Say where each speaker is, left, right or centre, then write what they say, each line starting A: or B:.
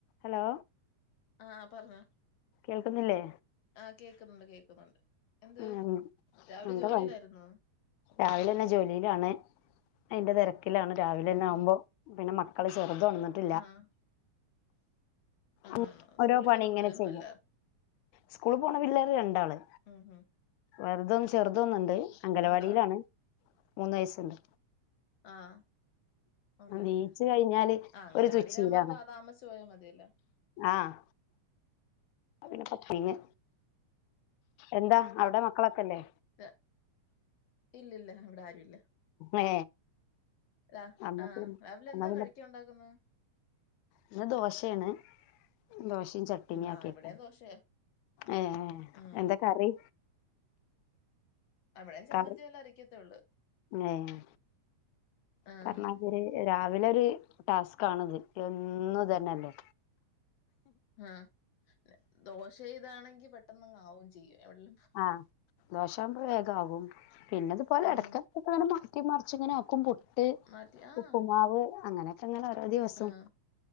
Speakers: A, on the left; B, on the left.
A: Hello
B: ആഹ് ആഹ് പറഞ്ഞോ.
A: കേൾക്കുന്നില്ലേ?
B: ആഹ് കേക്കുന്നുണ്ട് കേക്കുന്നുണ്ട്. എന്ത്
A: ഉം
B: രാവിലെ
A: എന്താ
B: ജോലിയിലായിരുന്നോ?
A: പണി രാവിലെന്നെ ജോലിയിലാണ് അയിന്റെ തെരക്കിലാണ് രാവിലെന്നെ
B: ആണല്ലേ
A: ആവുമ്പോ. പിന്നെ മക്കള് ചെറുതൊണന്നിട്ടി
B: ആഹ് ആണാണോ
A: ഉം ഓരോ
B: സ്കൂളിൽ
A: പണിങ്ങനെ
B: പോകുന്ന പിള്ളേരൊന്നും
A: ചെയ്യാ
B: അല്ല
A: സ്കൂള് പോണ പിള്ളേരു രണ്ടാള്.
B: ഉം ഉം
A: വെറുതൊന്ന് ചെറുതൊന്നുണ്ട് അംഗലവാടിയിലാണ്
B: ഉണ്ടോ
A: മൂന്ന് വയസ്സുണ്ട്.
B: ആഹ് ഉണ്ടല്ലേ
A: നീച്ച് കഴിഞ്ഞാല്
B: ആഹ് അങ്ങനവാടിയിലാവമ്പോ
A: ഒരു തുച്ചിയിലാണ്
B: താമസിച്ചു പോയാ മതിയല്ലോ.
A: ആഹ് അത്പിന്നെ കൊപ്പീങ്ങ് എന്താ അവ്ടെ മക്കളൊക്കെല്ലേ?
B: ട്ട് ഇല്ലല്ല ഇവ്ടാരുല്ല.
A: ഏ
B: അ
A: അന്നാ
B: ആഹ്
A: പിന്നെ
B: രാവിലെ
A: എന്നാ
B: എന്താ
A: പിന്നെ
B: കഴിക്കാ ഉണ്ടാക്കുന്നേ?
A: ഇന്ന് ദോശേണ് ദോശിം ചട്ട്ണിം. ട്ട്ണി
B: ഉം
A: ആക്കിക്ക
B: ആഹ് ഇവിടെയും ദോശയാ
A: ഏഹ്
B: ഉം
A: എന്താക്കറി?
B: അവിടേം ചമ്മന്തിം
A: കറി
B: വല്ലോ അരക്കത്തൊള്ളൂ.
A: ഏഹ്
B: ആഹ്
A: പറ്ഞ്ഞാതിരി
B: ആഹ്
A: രാവിലെ ഒരു ടാസ്ക്കാണ്ത് എന്നുതന്നെല്ലേ.
B: ആഹ് ദോശ ഇതാണെങ്കി പെട്ടെന്നങ് ആവും ചെയ്യും. എവിട്ലും
A: ആഹ് ദോശാവുമ്പോ വേഗാകും പിന്നതുപോലെ
B: ആഹ്
A: എടക്കടക്ക്ങ്ങനെ മാറ്റി മറിച്ച് ഇങ്ങനാക്കും. പു പുട്ട്,
B: മാറ്റി ആഹ്
A: ഉപ്പുമാവ് അങ്ങനെ ങ്ങനെ ഓരോ ദിവസം
B: ആഹ്